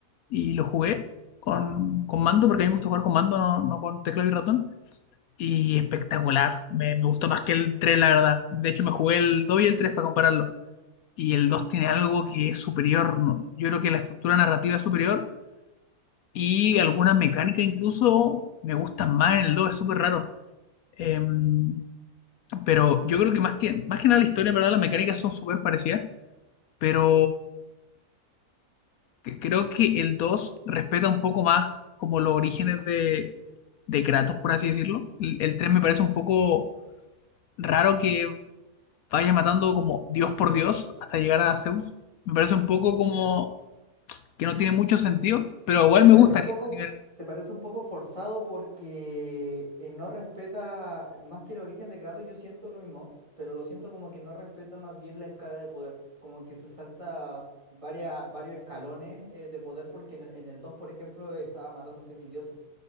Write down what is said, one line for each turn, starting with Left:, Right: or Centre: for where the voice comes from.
Left: y lo jugué con, con mando, porque a mí me gusta jugar con mando, no, no con teclado y ratón. Y espectacular, me, me gustó más que el 3 la verdad. De hecho, me jugué el 2 y el 3 para compararlo. Y el 2 tiene algo que es superior. ¿no? Yo creo que la estructura narrativa es superior y alguna mecánica incluso me gustan más en el dos es súper raro. Em, pero yo creo que más que, más que nada la historia, en verdad, las mecánicas son súper parecidas, pero que- creo que el 2 respeta un poco más como los orígenes de, de Kratos, por así decirlo. El, el 3 me parece un poco raro que vaya matando como Dios por Dios hasta llegar a Zeus. Me parece un poco como que no tiene mucho sentido, pero igual
Right: Te
Left: me
Right: parece
Left: gusta
Right: un
Left: a
Right: poco,
Left: ni- a nivel,
Right: te parece un poco forzado porque eh, no respeta, más que el origen de Kratos, yo siento lo mismo, pero lo siento como que no respeta más bien la escala de poder, como que se salta varias, varios escalones eh, de poder porque en el, en el 2, por ejemplo, estaba matando a semidioses,